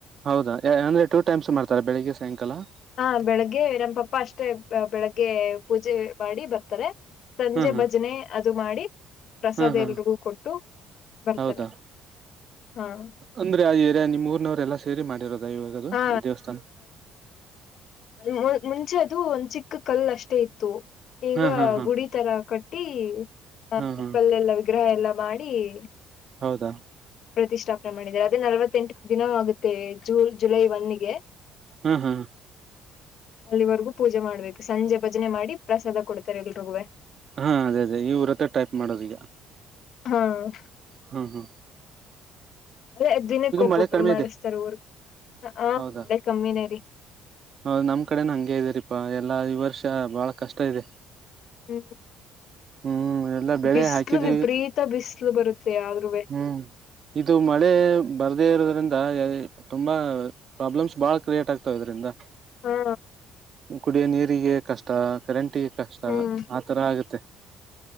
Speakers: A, on the right; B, on the left.
A: ಹೌದಾ ಯ ಅಂದ್ರೆ ಟೂ ಟೈಮ್ಸ್ ಮಾಡ್ತಾರೆ ಬೆಳ್ಳಿಗೆ ಸಾಯಂಕಾಲ? <inaudible>
B: ಹಾ ಬೆಳಗ್ಗೆ ನಮ್ಮ ಪಪ್ಪಾ ಅಷ್ಟೇ ಬೆಳಗ್ಗೆ ಪೂಜೆ ಮಾಡಿ ಬರ್ತಾರೆ. <inaudible> ಸಂಜೆ
A: ಹ್ಮ್ ಹ್ಮ್
B: ಭಜನೆ ಅದು ಮಾಡಿ. <inaudible> ಪ್ರಸಾದ
A: ಹ್ಮ್ ಹ್ಮ್
B: ಎಲ್ರಿಗೂ ಕೊಟ್ಟು ಬರ್ತಾರೆ.
A: ಹೌದಾ
B: ಹಾ <inaudible>
A: ಅಂದ್ರೆ ಆ ಏರಿಯಾ ನಿಮ್ಮ ಊರ ನವರೇ ಎಲ್ಲಾ ಸೇರಿ ಮಾಡಿರೋದಾ ಇವಾಗದು
B: ಹಾ
A: ದೇವಸ್ಥಾನ? <inaudible>
B: ಮುಂ ಮುಂಚೆ ಅದು ಒಂದ್ ಚಿಕ್ಕ ಕಲ್ಲ ಅಷ್ಟೇ ಇತ್ತು ಈಗ
A: ಹಾ ಹಾ ಹಾ
B: ಗುಡಿ <inaudible> ತರಾ ಕಟ್ಟಿ ಆ
A: ಹಾ ಹಾ
B: ಕಲ್ಲಲ್ಲೇ ವಿಗ್ರಹ ಎಲ್ಲಾ ಮಾಡಿ <inaudible>
A: ಹೌದಾ? <inaudible>
B: ಪ್ರತಿಷ್ಠಾಪನೆ ಮಾಡಿದ್ದಾರೆ ಅದು ನಲ್ವತ್ತೆಂಟು ದಿನ ಆಗುತ್ತೆ ಜೂನ್ ಜುಲೈ ಒನ್ ಗೇ <inaudible>
A: ಹ ಹ <inaudible>
B: ಅಲ್ಲಿವರೆಗೂ ಪೂಜೆ ಮಾಡಬೇಕು ಸಂಜೆ ಭಜನೆ ಮಾಡಿ ಪ್ರಸಾದ ಕೊಡ್ತಾರೆ ಎಲ್ಲರಿವಿಗೇ <inaudible>
A: ಹಾ ಅದೇ ಅದೇ ಇವ್ರತ್ತ ಟೈಪ್ ಮಾಡೋದ ಈಗ <inaudible>
B: ಹಾ <inaudible>
A: ಹ ಹ <inaudible>
B: ಅಂದರೇ ದಿನಕ್ಕ ಒಬ್ಬೊಬ್ರು
A: ಮಳೆ ಕಡಿಮೆ
B: ಮಾಡಿಸ್ತಾರ
A: ಇದೆ
B: ವರ್ಕ್ ಆ
A: ಹೌದಾ
B: ಬೇಳೆ ಕಮ್ಮಿ ನೇರಿ. <inaudible>
A: ಹೌದ ನಮ್ಮ ಕಡೆನೂ ಹಂಗೆ ಇದರಿಪಾ ಎಲ್ಲಾ ಈ ವರ್ಷ ಬಾಳ ಕಷ್ಟ ಇದೆ. <inaudible>
B: ಹೇಳ್ತೇನ
A: ಹ್ಮ್ ಎಲ್ಲಾ ಬೆಳೆ
B: <inaudible> ಬಿಸ್ಲು
A: ಹಾಕಿದೀವಿ
B: ವಿಪರೀತ ಬಿಸಲು ಬರುತ್ತೆ ಆದರು ವೆ. <inaudible>
A: ಹ್ಮ್ ಇದು ಮಳೆ ಬರದೇ ಇರೋದ್ರಿಂದ ಏ ಏ ತುಂಬಾ ಪ್ರಾಬ್ಲಮ್ಸ್ ಬಹಳ ಕ್ರಿಯೇಟ್ ಆಗ್ತವೆ ಇದರಿಂದ.
B: ಹಾ
A: ಕುಡಿಯ ನೀರಿಗೆ ಕಷ್ಟ ಕರೆಂಟಿಗೆ ಕಷ್ಟ
B: ಹ್ಮ್
A: ಆತರ ಆಗತ್ತೆ.